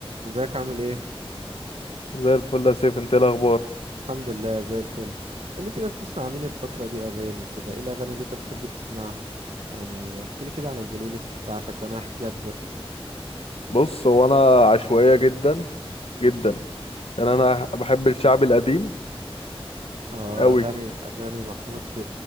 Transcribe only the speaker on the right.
ازيك عامل ايه
الحمد لله زي الفل قولي كده بتسمع مين الفترة دي اغاني كده ايه الاغاني اللي انت بتحب تسمعها يعني احكي لي كده عن البلاي ليست بتاعتك وانا احكي لك برضو
اه
اغاني اغاني محمود